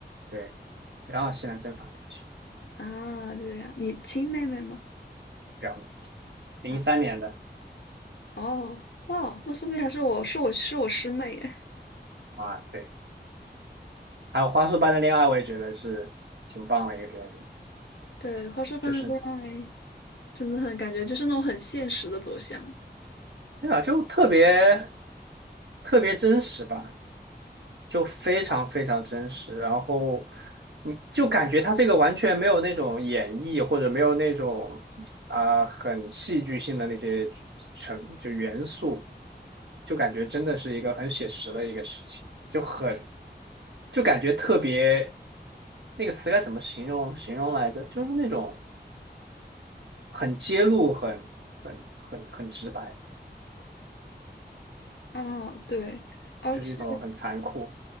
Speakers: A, on the right (about 80°); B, on the left (about 85°).
A: 对，然后西南政法大学
B: 啊，这样，你亲妹妹吗？
A: 表妹，零三年的
B: 啊。哦，哇，那说不定还是我是我是我师妹耶。
A: 啊，对。还有花束般的恋爱，我也觉得是挺棒的一个电影，
B: <laughs> 对，花束般的恋爱
A: 就是
B: 真的很感觉就是那种很现实的走向
A: 对吧，就特别特别真实吧。就非常非常真实，然后你就感觉他这个完全没有那种演绎，或者没有那种啊、很戏剧性的那些成就元素，就感觉真的是一个很写实的一个事情，就很就感觉特别那个词该怎么形容形容来着？就是那种很揭露、很很很很直白，
B: 啊，对。而且。
A: 就是一种很残酷、